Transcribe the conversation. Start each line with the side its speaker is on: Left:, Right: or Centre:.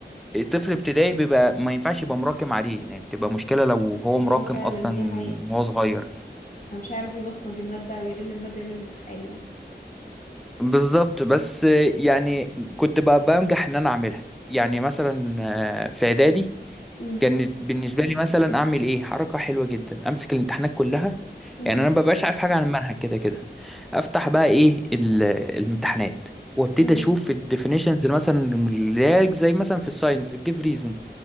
Centre: الطفل ابتدائي بيبقى ما ينفعش يبقى مراكم عليه يعني بتبقى مشكله لو هو
Left: ايوه
Centre: مراكم
Left: فعلا
Centre: اصلا
Left: دي حقيقة
Centre: وهو صغير
Left: أنا مش هيعرف يبصمج المادة او يلم المادة يوم الامتحان يعني
Centre: بالظبط بس يعني كنت بقى بنجح ان انا اعملها يعني مثلا آه، في اعدادي
Left: مم.
Centre: كانت بالنسبه لي مثلا اعمل ايه حركه حلوه جدا امسك الامتحانات كلها
Left: مم.
Centre: يعني انا مببقاش عارف حاجه عن المنهج كده كده افتح بقى ايه ال- الامتحانات وابتدي
Left: مم.
Centre: اشوف الديفينيشنز مثلا اللاج زي مثلا في الساينس الجيف ريزون